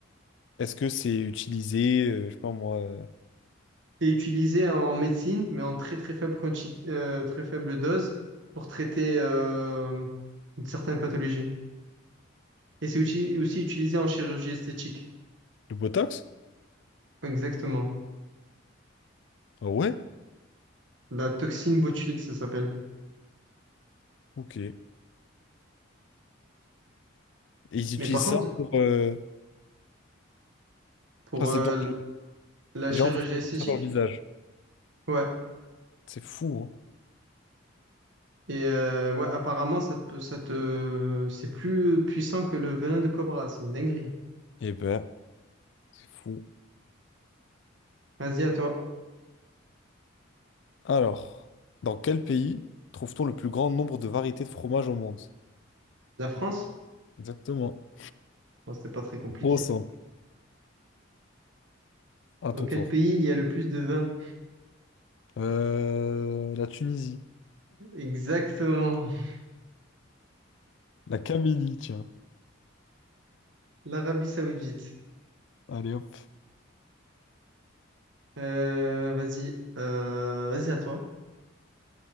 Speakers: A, on the left; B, on the right.
A: est-ce que c'est utilisé, euh, je sais pas moi, euh,
B: C'est utilisé en médecine, mais en très très faible quanti- euh, très faible dose pour traiter euh, certaines pathologies. Et c'est uti- aussi utilisé en chirurgie esthétique.
A: le Botox?
B: Exactement.
A: Ah ouais?
B: La toxine botulique, ça s'appelle.
A: Ok. Et ils
B: Mais
A: utilisent
B: par contre,
A: ça pour... euh,
B: pour
A: Enfin,
B: euh,
A: c'est dangereux.
B: la
A: Les
B: chirurgie
A: gens vont se
B: esthétique,
A: mettre ça dans le visage.
B: ouais.
A: C'est fou, hein?
B: Et euh, ouais, apparemment, ça te, peut- ça te, c'est plus puissant que le venin de cobra. C'est une dinguerie.
A: Eh ben, c'est fou.
B: Vas-y, à toi.
A: Alors, dans quel pays trouve-t-on le plus grand nombre de variétés de fromage au monde?
B: La France?
A: Exactement.
B: Bon, c'était pas très compliqué.
A: Trop simple. À
B: Dans
A: ton
B: quel
A: tour.
B: pays il y a le plus de vin?
A: Euh, la Tunisie.
B: Exactement. <laughs>
A: La Camélie, tiens.
B: L'Arabie Saoudite.
A: Allez hop.
B: Euh, vas-y, euh, vas-y, à toi.